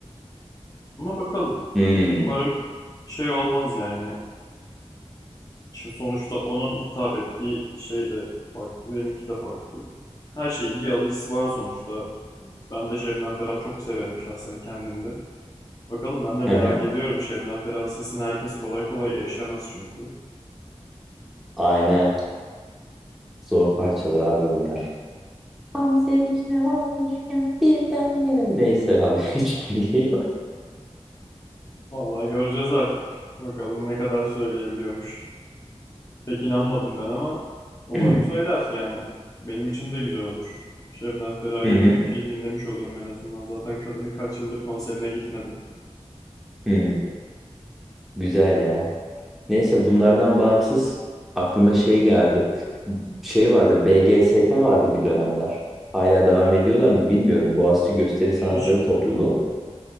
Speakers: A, on the left; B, in the centre.
A: Ama bakalım.
B: hı,
A: Umarım şey olmaz yani. Şu sonuçta onun hitap ettiği şey de farklı, benimki de farklı. Her şeyin bir alıcısı var sonuçta. Ben de Şebnem Ferah çok severim şahsen kendimde. Bakalım ben de merak
B: hı. hı
A: ediyorum. Şebnem Ferah sesine herkes kolay kolay erişemez çünkü.
B: Aynen. Zor parçalar abi onlar. Tam zevkine varmışken birden yere. Neyse abi <laughs> hiç kendine
A: Vallahi göreceğiz artık. Bakalım ne kadar söyleyebiliyormuş. Pek inanmadım ben ama umarım
B: <clears throat>
A: söyler. Yani benim için de güzel olur. Şebnem Ferah'a
B: Hı
A: yakın
B: hı,
A: bir şey dinlemiş olurum en azından. Zaten kadının kaç yıldır konserine gitmedim.
B: hı güzel ya. Neyse bunlardan bağımsız aklıma şey geldi. Şey vardı, BGST vardı bir dönemler. Hala devam ediyorlar mı bilmiyorum. Boğaziçi Gösteri
A: Hiç
B: Sanatları
A: bilmiyorum.
B: Topluluğu.